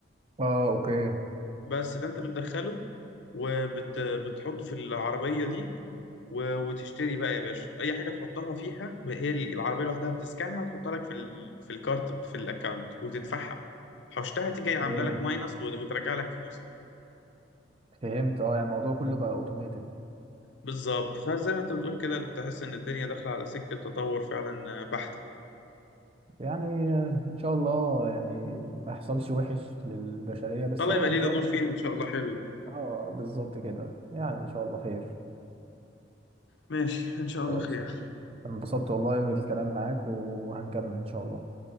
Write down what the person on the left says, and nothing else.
بس ده انت بتدخله وبتحطه في العربية دي و- وتشتري بقى يا باشا اي حاجه تحطها فيها ب- هي العربيه لوحدها بتسكنها وتحطها لك في ال... في الكارت بت- في الاكونت وتدفعها حوشتها تيجي عامله
لك ماينس و- وترجع لك فلوسك
بالظبط فزي ما انت بتقول كده تحس ان الدنيا داخله على سكه تطور فعلا بحته
الله
يبقى لينا
دور فيها ان شاء الله حلو يعني.
ماشي ان شاء الله
خير